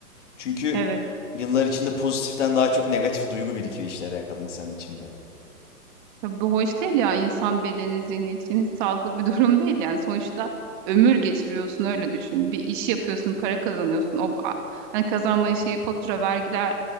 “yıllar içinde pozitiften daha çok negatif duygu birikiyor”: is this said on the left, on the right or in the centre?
Left